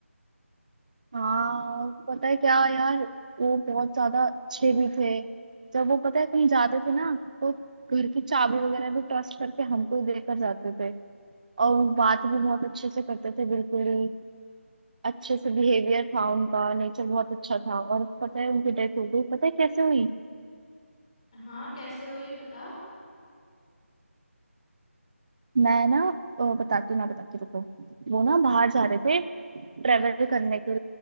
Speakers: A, on the right; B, on the left.
A: हाँ और पता है क्या यार वो बहुत ज्यादा अच्छे भी थे जब वो पता है कहीं जाते थे ना तो घर की चाबी वगैरह भी ट्रस्ट करके हमको ही देकर जाते थे और बात भी बहुत अच्छे से करते थे बिल्कुल ही अच्छे से बिहेवियर था उनका नेचर बहुत अच्छा था और पता है उनकी डेथ हो गई पता है कैसे हुई
B: हाँ कैसे हुई बता
A: मैं ना अ, बताती हूँ, मैं बताती हूँ। रुको वो ना बाहर जा रहे थे ट्रेवल करने के